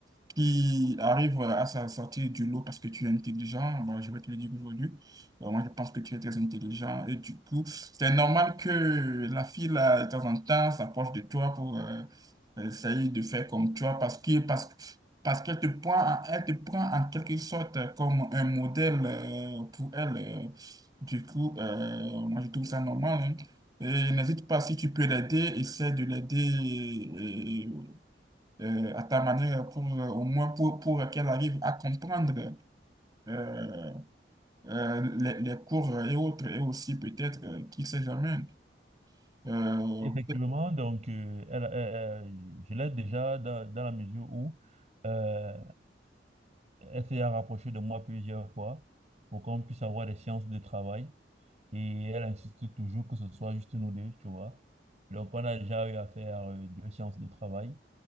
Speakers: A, on the right (about 20°); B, on the right (about 40°).
A: qui arrive à sa- sortir du lot parce que tu es intelligent, bon, je vais te le dire aujourd'hui. Euh, Moi, je pense que tu es très intelligent et du coup, c'est normal que la fille, là, de temps en temps, s'approche de toi pour euh, essayer de faire comme toi parce que, parce, parce qu'elle te prend, elle te prend en quelque sorte euh, comme un modèle euh, pour elle. euh. Du coup, euh, moi, je trouve ça normal. hein. Et n'hésite pas, si tu peux l'aider, essaie de l'aider Et- euh, à ta manière pour euh, au moins pour, pour qu'elle arrive à comprendre euh, euh, les, les cours et autres, et aussi peut-être, euh, qui sait jamais, euh,
B: Effectivement, donc, euh, elle- elle- elle- je l'aide déjà dans, dans la mesure où... euh, Elle s'est rapprochée de moi plusieurs fois pour qu'on puisse avoir des séances de travail. Et elle insiste toujours que ce soit juste nous deux, tu vois. Donc, on a déjà eu à faire euh, deux séances de travail.